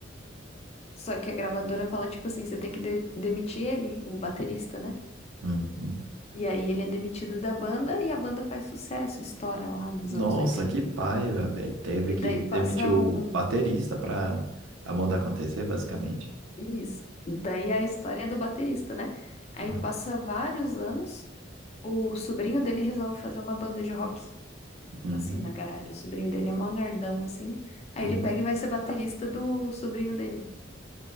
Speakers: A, on the left; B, on the right.
A: Só que a gravadora fala, tipo assim, você tem que de- demitir ele, o baterista, né?
B: uhum.
A: E aí ele é demitido da banda e a banda faz sucesso, estoura lá nos
B: Nossa,
A: anos 80.
B: que paiva,
A: e tal.
B: velho. Teve
A: E
B: que
A: daí passa
B: demitir o
A: um...
B: baterista pra a moda acontecer, basicamente.
A: Isso. Daí a história é do baterista, né? Aí
B: Aham.
A: passa vários anos, o sobrinho dele resolve fazer uma banda de rock,
B: Uhum.
A: assim, na garagem. O sobrinho dele é mó nerdão, assim. Aí
B: Uhum.
A: ele pega e vai ser baterista do sobrinho dele.